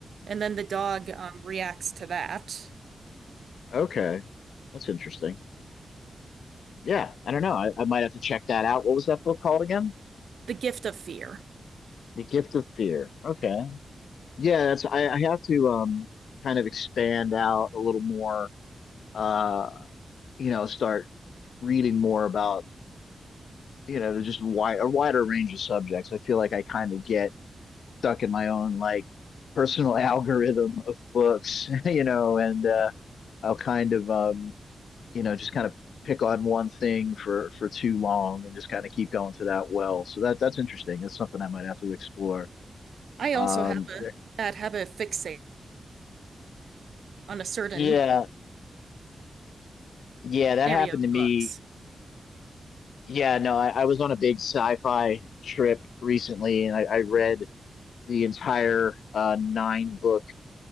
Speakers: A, on the right; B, on the left.
A: And then the dog um, reacts to that.
B: Okay. That's interesting. Yeah, I don't know. I, I might have to check that out. What was that book called again?
A: The gift of fear.
B: The Gift of Fear. Okay. Yeah, that's I, I have to um kind of expand out a little more, uh, you know, start reading more about, you know, just wide a wider range of subjects. I feel like I kind of get stuck in my own like personal <laughs> algorithm of books, <laughs> you know, and uh I'll kind of um you know, just kind of pick on one thing for for too long and just kind of keep going to that well. So that that's interesting. That's something I might have to explore.
A: I
B: Um,
A: also have a
B: Are there-
A: that have a fixating on a certain
B: yeah, yeah, that
A: area
B: happened
A: of
B: to me.
A: books.
B: Yeah, no, I, I was on a big sci-fi trip recently, and I, I read the entire uh, nine book